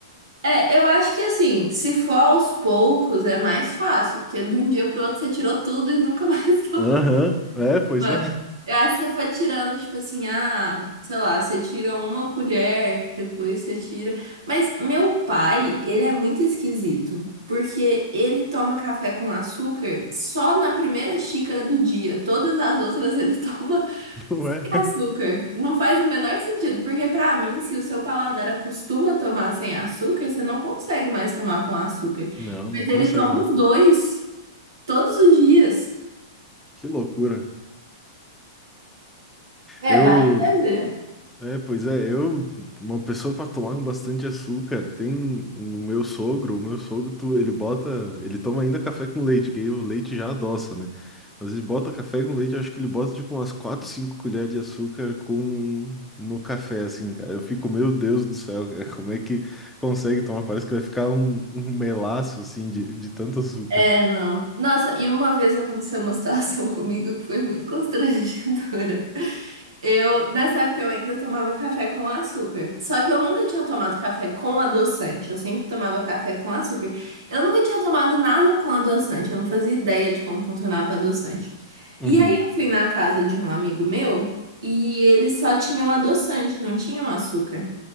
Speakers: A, on the right; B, in the centre.
A: É, eu acho que assim, se for aos poucos é mais fácil, porque de um dia pro outro você tirou tudo e nunca mais <laughs> tomou.
B: Aham, é, pois
A: Mano,
B: é,
A: aí você foi tirando, tipo assim, ah, sei lá, você tira uma colher, depois você tira. Mas meu pai, ele é muito esquisito, porque ele toma café com açúcar só na primeira xícara do dia. Todas as outras ele <laughs> toma
B: <laughs> não
A: sem
B: é?
A: açúcar. Não faz o menor sentido, porque pra mim, se o seu paladar acostuma a tomar sem açúcar, você não consegue mais tomar com açúcar.
B: Não, não
A: Mas
B: consegue,
A: ele toma
B: não.
A: os dois, todos os dias.
B: Que loucura.
A: É,
B: Eu,
A: vai entender.
B: é, pois é, eu, uma pessoa para tomar com bastante açúcar, tem o meu sogro, o meu sogro, tu- ele bota, ele toma ainda café com leite, que aí o leite já adoça, né? Mas ele bota café com leite, eu acho que ele bota tipo umas 4 5 colheres de açúcar com no café, assim, cara. Eu fico, meu Deus do céu, cara, como é que consegue tomar? Parece que vai ficar um, um melaço, assim, de, de tanto açúcar.
A: É, não. Nossa, e uma vez aconteceu uma situação <laughs> comigo que foi muito constrangedora. Eu, nessa época, eu ainda tomava café com açúcar. Só que eu nunca tinha tomado café com adoçante. Eu sempre tomava café com açúcar. Eu nunca tinha tomado nada com adoçante. Eu não fazia ideia de como funcionava o adoçante.
B: Uhum.
A: E aí eu fui na casa de um amigo meu e eles só tinham adoçante, não tinham açúcar.